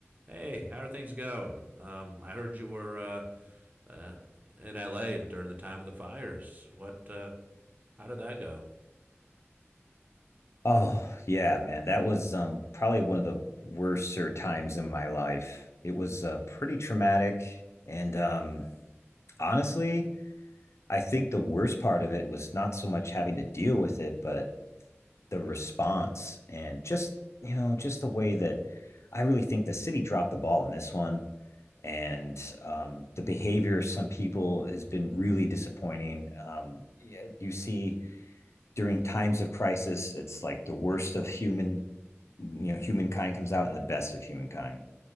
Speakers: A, on the right (about 35°); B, on the left (about 80°).
A: Hey, how are things going? Um, I heard you were uh, uh, in LA during the time of the fires. What? Uh, how did that go?
B: Oh, yeah, man. That was um probably one of the worser times in my life. It was uh, pretty traumatic and um honestly, I think the worst part of it was not so much having to deal with it, but the response and just, you know, just the way that I really think the city dropped the ball on this one. And um, the behavior of some people has been really disappointing. Um, yeah, you see, during times of crisis, it's like the worst of human you know humankind comes out in the best of humankind.